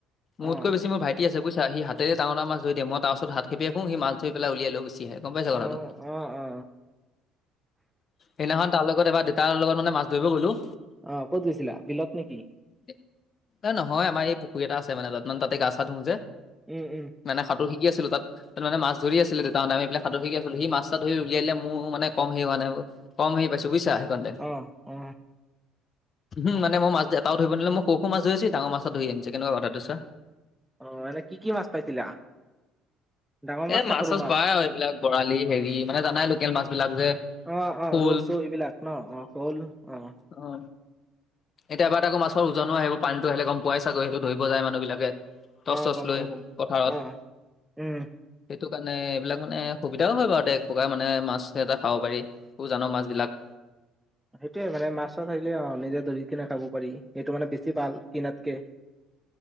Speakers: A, on the left; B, in the centre.
A: মোতকৈ
B: অ
A: বেছি মোৰ ভাইট- টি আছে বুইছা সি হাতেৰে ডাঙৰ ডাঙৰ মাছ ধৰি দিয়ে, মই তাৰ ওচত হাত খেপিয়াই ফু সি হাতেৰে মাছ ধৰি উলিয়াই লৈ গুচ- টি হে গম পাইছা কথাটো।
B: অ অ অ
A: সেদিনাখন তাৰ লগত এবাৰ দেউতাৰ লগত মানে মাছ ধৰিব গ'লো।
B: অ ক'ত গৈছিলা' বিলত নেকি?
A: এ নহয় আমাৰ এই পুখুৰী এটা আছে মানে তাত মানে তাতে গা চা ধু যে।
B: উম উম।
A: মানে সাতোৰ শিকি আছিলো তাত। তাত মানে মাছ ধৰি আছিলে দেউতাহঁতে আমি সেইফালে সাঁতোৰ শিকি আছিলো, সি মাছটা ধৰি উলিয়াই মোৰ মানে কম সেই হোৱা নাই। কম হেৰি পাইছো বুইছা সেইকণতে,
B: অ অ
A: হুম মানে মই মাজ দেয়াত টাও ধৰিব নিদিলে মই সৰু সৰু মাছ ধৰিছি ডাঙৰ মাছ ধৰি আনিছে কেনেকুৱা কথাটো চোৱা।
B: অ এনে কি কি মাছ পাইছিলা? ডাঙৰ
A: এ
B: নে
A: মাছ
B: সৰু
A: চাছ পাই আৰু এইবিলাক বৰালি হেৰি মানে জানাই লোকেল মাছ বিলাক যে।
B: অ
A: শ'ল
B: অ ৰৌ চৌ এইবিলাক ন অ শল অ।
A: অ। এতিয়া বাট আকৌ মাছৰ ওজনো আহিব পানীটো আহিলে গম পোৱাই চাগৈ সেইটো ধৰি যায় মানুহ বিলাকে। টচ
B: অ
A: টচ
B: গম
A: লৈ
B: পাও গম
A: পথাৰত।
B: পাওঁ। অ উম,
A: এইটো কাৰণে এইবিলাক মানে সুবিধাও হয় বাৰু এক প্ৰকাৰ মানে মাছ এটা খাব পাৰি। <unintelligible> জান মাছ বিলাক।
B: সেইটোয়ে মানে মাছ- চাচ আহিলে অ, নিজে ধৰি কিনে খাব পাৰি সেইটো মানে বেছি ভাল কিনাতকে।